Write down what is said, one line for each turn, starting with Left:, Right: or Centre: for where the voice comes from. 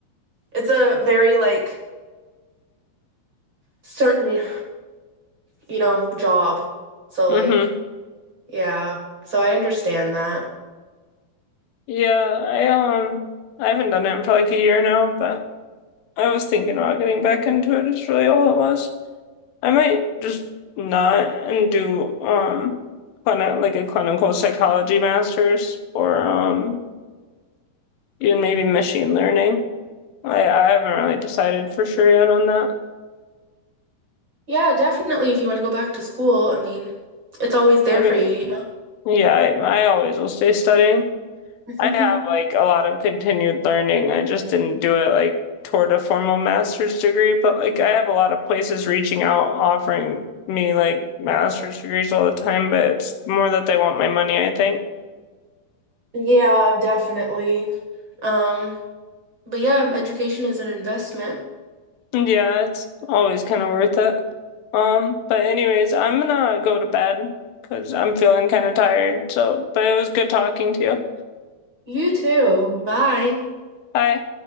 Right: it's a very like certain, you know, job. So
Left: Mm-hmm.
Right: like yeah. So I understand that.
Left: Yeah. I um I haven't done it for like a year now, but I was thinking about getting back into it. Is really all it was. I might just not and do um clini- like a clinical psychology master's or um even maybe machine learning. I I haven't really decided for sure yet on that.
Right: Yeah, definitely. If you want to go back to school, I mean, it's always there
Left: I mean,
Right: for you, you
Left: yeah, I, I always will stay studying.
Right: know?
Left: I have
Right: <laughs>
Left: like a lot of continued learning. I just didn't do it like toward a formal master's degree, but like I have a lot of places reaching out offering me like master's degrees all the time, but it's more that they want my money, I think.
Right: Yeah, definitely. Um, but yeah, education is an investment.
Left: Yeah, it's always kind of worth it. Um, but anyways, I'm gonna go to bed because I'm feeling kind of tired. So, but it was good talking to you.
Right: You too. Bye.
Left: Bye.